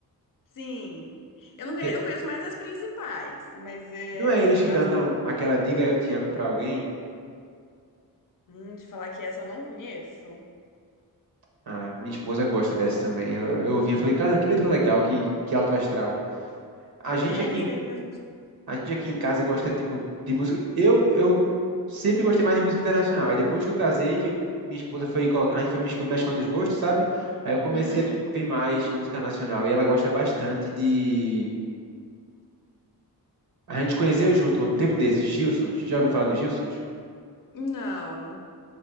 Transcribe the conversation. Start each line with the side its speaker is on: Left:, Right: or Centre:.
Left: Sim. Eu não, conhe-
Right: Que,
Left: eu conheço mais as principais, mas é,
Right: não é eles
Left: tem
Right: que
Left: bastante.
Right: cantam aquela Diga Eu Te Amo para alguém?
Left: Hum, te falar que essa eu não conheço.
Right: Ah, minha esposa gosta dessa também. Eu, eu ouvi e falei, cara, que letra legal, que, que alto astral. A gente
Left: É,
Right: aqui
Left: eles têm as.
Right: A gente aqui em casa gosta, tipo, de música. Eu, eu sempre gostei mais de música internacional. Aí depois que eu casei, que eu- minha esposa foi colocar, a gente foi mesclando mesclando os gostos, sabe? Aí eu comecei
Left: Uhum.
Right: a ouvir mais música nacional. E ela gosta bastante de. A gente conheceu junto um tempo desses, Gilsons. Já ouviu falar dos Gilsons?
Left: Não.